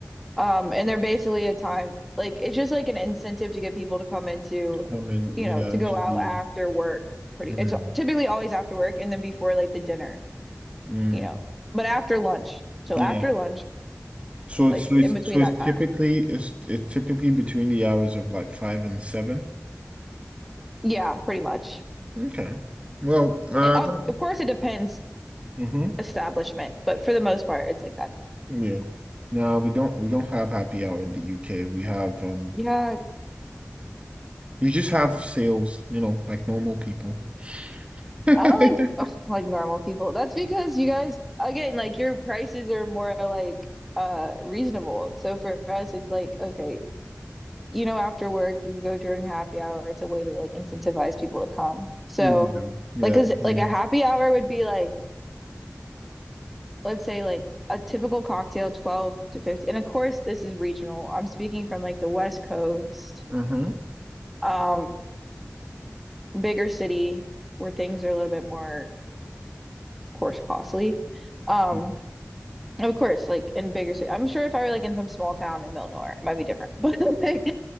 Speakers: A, in the centre; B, on the right.
A: Um, and they're basically a time like it's just like an incentive to get people to come into,
B: Coming,
A: you
B: yeah,
A: know, to
B: into
A: go out
B: the.
A: after work. Pretty
B: Mm.
A: it's typically always after work and then before like the dinner,
B: Mm.
A: you know, but after lunch. So
B: Yeah.
A: after lunch,
B: So
A: like
B: it's so it's
A: in between
B: so it's
A: that time.
B: typically it's it's typically between the hours of like five and seven.
A: Yeah, pretty much.
B: Okay. Well, uh,
A: It, of,
B: don't,
A: of course it depends
B: mm-hmm.
A: establishment, but for the most part it's like that.
B: Yeah. No, we don't we don't have happy hour in the UK. We have um
A: Yeah,
B: you just have sales, you know, like normal people. <laughs>
A: I don't like ugh, like normal people. That's because you guys again like your prices are more like uh reasonable. So for us it's like okay, you know after work you can go during happy hour. It's a way to like incentivize people to come. So
B: Yeah. Yeah.
A: like, cause
B: Yeah.
A: like a happy hour would be like let's say like a typical cocktail 12 to 50. And of course this is regional. I'm speaking from like the West Coast,
B: Uh-huh.
A: um bigger city where things are a little bit more of course costly. Um
B: <laughs>
A: Of course, like in bigger city. I'm sure if I were like in some small town in the middle of nowhere, it might be different. <laughs> But like